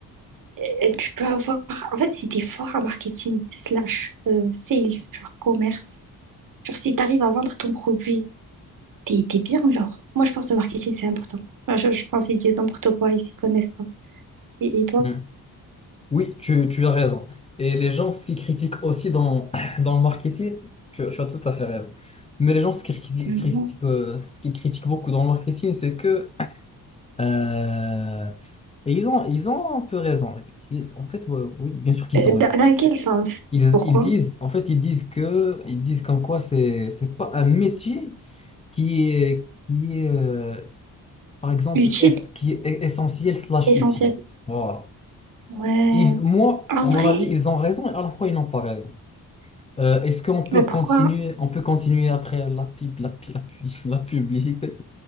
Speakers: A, on the right; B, on the left.
A: Euh, euh, tu peux avoir, en fait, si t'es fort en marketing slash euh, sales, genre commerce, genre si t'arrives à vendre ton produit t'es, t'es bien, genre. Moi, je pense que le marketing, c'est important. Enfin, je, je pense qu'ils disent n'importe quoi, ils s'y connaissent pas. Et, et toi?
B: Hmm. Oui, tu, tu as raison. Et les gens, ce qu'ils critiquent aussi dans, <clears throat> dans le marketing, tu, tu as tout à fait raison. Mais les gens, ce qu'ils critiquent,
A: Mhm.
B: ce qu'ils critiquent, euh, ce qu'ils critiquent beaucoup dans le marketing, c'est que... euh, et ils ont, ils ont un peu raison. Ils- En fait, ouais, oui, bien sûr qu'ils
A: Euh,
B: ont
A: Dans,
B: raison.
A: dans quel sens?
B: Ils,
A: Pourquoi?
B: ils disent, en fait, ils disent que, ils disent comme quoi c'est, c'est pas un métier qui est, qui est, euh, par exemple,
A: Utile,
B: est qui est essentiel slash
A: essentiel.
B: utile. Voilà.
A: Ouais,
B: Ils, moi,
A: en
B: à
A: vrai,
B: mon avis, ils ont raison et à la fois, ils n'ont pas raison. Euh, est-ce qu'on peut
A: mais pourquoi?
B: continuer, on peut continuer après la pub, la, pi- la, pu- <laughs> la publicité?